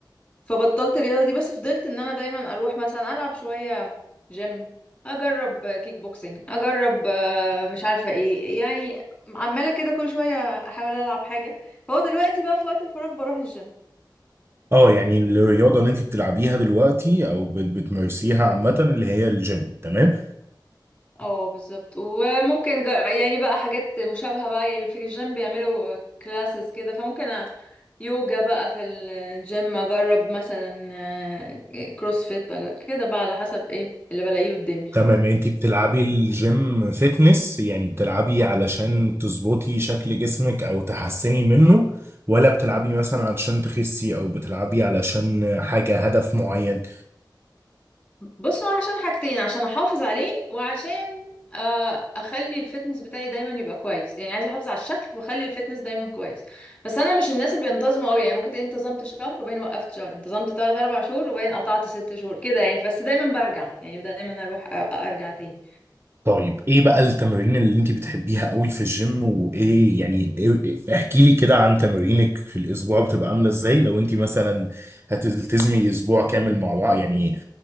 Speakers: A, on the left (about 20°); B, on the right (about 30°).
A: فبطلت الرياضه دي بس فضلت ان انا دايما اروح مثلا العب شويه جيم اجرب كيك بوكسينج اجرب آه، مش عارفه ايه يعني عماله كده كل شويه احاول العب حاجه فهو دلوقتي بقى في وقت الفراغ بروح الجيم
B: اه يعني الرياضه اللي انت بتلعبيها دلوقتي او بت- بتمارسيها عامه اللي هي الجيم تمام
A: اه بالظبط وممكن جا- يعني بقى حاجات مشابهة بقى يعني في الجيم بيعملوا كلاسز كده فممكن أ- يوجا بقى في ال- الجيم اجرب مثلا آه، كروسفيت أج- كده بقى على حسب ايه اللي بلاقيه قدامي
B: تمام انت بتلعبي الجيم فيتنس يعني بتلعبي علشان تظبطي شكل جسمك او تحسني منه ولا بتلعبي مثلا علشان تخسي او بتلعبي علشان حاجه هدف معين
A: بص هو عشان حاجتين عشان احافظ عليه وعشان آه، اخلي الفتنس بتاعي دايما يبقى كويس يعني عايزه احافظ على الشكل واخلي الفتنس دايما كويس بس انا مش الناس اللي بينتظموا قوي يعني ممكن تلاقيني انتظمت شهر وبعدين وقفت شهر انتظمت 3 4 شهور وبعدين قطعت 6 شهور كده يعني بس دايما برجع يعني دايما اروح أ- ارجع تاني
B: طيب ايه بقى التمارين اللي انت بتحبيها قوي في الجيم وايه يعني إيه إيه- احكي لي كده عن تمارينك في الاسبوع بتبقى عامله ازاي لو انت مثلا هتلتزمي اسبوع كامل مع بعض يعني